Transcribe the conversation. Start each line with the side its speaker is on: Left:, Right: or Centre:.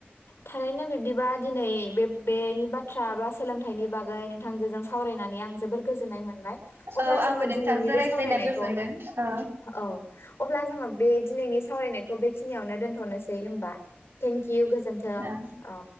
Left: थारैनो बिब्दिबा दिनै बे बेनि बाथ्रा बा सोलोंथाइनि बागै नोंथांजोजों सावरायनानै आं जोबोर गोजोननाय मोन बाय
Right: औ
Left: अब्ला जोङो
Right: आंबो नोंथांजों
Left: दिनैनि बे
Right: रायज्लायना
Left: सावरायनायखौ
Right: गोजोनदों ओ
Left: औ अब्ला जोङो बे दिनैनि सावरायनायखौ बेखिनियावनो दोनथनोसै। बै होमबा। थेंकिउ गोजोन्थों
Right: ओ
Left: औ।